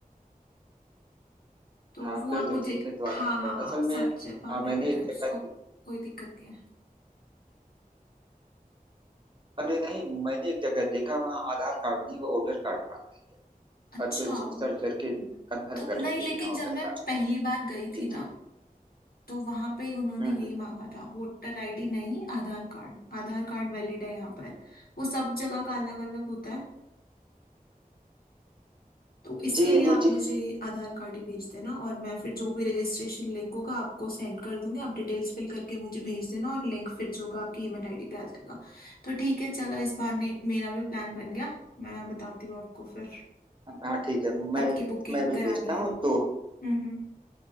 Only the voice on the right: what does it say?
हाँ
फिर
तो
ठीक है तो
आधार
कार्ड
असल
में
आ, मैंने
एक
जगह दे-
अरे नहीं मैंने एक जगह देखा वहाँ आधार कार्ड नहीं वो वोटर कार्ड मांग रहे थे
और फिर उसको सर्च
करके कंफर्म
कर
रहे थे
कि हाँ वोटर
कार्ड
जी
जी
हम्म
हम्म
जी
अंजू
जी
हाँ ठीक है
मैं
मैं भी
भेजता
हूँ तो